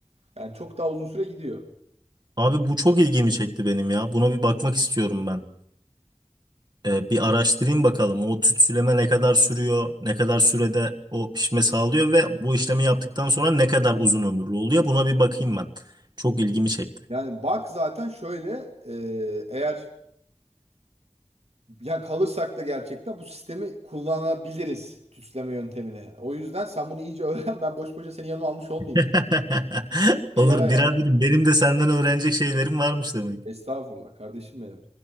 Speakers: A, on the right (about 70°); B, on the right (about 40°).
A: Yani çok daha uzun süre gidiyor.
B: Abi bu çok ilgimi çekti benim ya. Buna bir bakmak istiyorum ben. E, bir araştırayım bakalım. O tütsüleme ne kadar sürüyor? Ne kadar sürede o pişme sağlıyor ve bu işlemi yaptıktan sonra ne kadar uzun ömürlü oluyor? Buna bir bakayım ben. Çok ilgimi çekti.
A: Yani bak zaten şöyle e, eğer yani kalırsak da gerçekten bu sistemi kullanabiliriz tüsleme yöntemini. O yüzden sen bunu iyice <laughs> öğren. Ben boş boşa seni yanıma almış olmayayım
B: <laughs>
A: ya. Yani.
B: Olur
A: Yarar yani.
B: biraderim. Benim de senden öğrenecek şeylerim varmış demek.
A: Estağfurullah kardeşim benim.